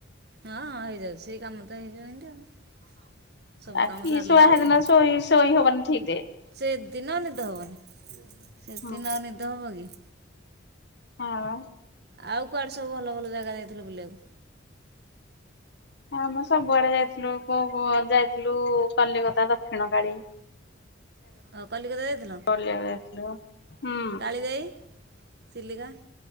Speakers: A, on the right; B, on the left.
A: ହଁଁ ହେଇଯାଉ ସେଇ କାମ ତ ହେଇଯିବ ହେନ୍ତି ଆଉ। ସବୁ
B: ଆଖି
A: କାମ ସାରିଲା
B: ଶୁଆ ହେଦିନ
A: ବେଳକୁ
B: ଶୋଇ ଶୋଇ ହବନି ଠିକି ରେ।
A: ସେଦିନ ନିଦ ହବନି ସେଦିନ
B: ହଁ।
A: ଆଉ ନିଦ ହବ କି?
B: ହଁ।
A: ଆଉ କୁଆଡେ ସବୁ ଭଲ ଭଲ ଜାଗା ଯାଇଥିଲ ବୁଲିବାକୁ?
B: ହଁ ମୁଁ ସବୁଆଡେ ଯାଇଥିଲୁ କୁ ଯାଇଥିଲୁ କଲିକତା ଦକ୍ଷିଣ କାଳି।
A: ଅ କଲିକତା ଯାଇଥିଲ
B: ବୁଲିବାକୁ ଯାଇଥିଲୁ। ହୁଁ
A: କାଳି ଯାଇ ଚିଲିକା।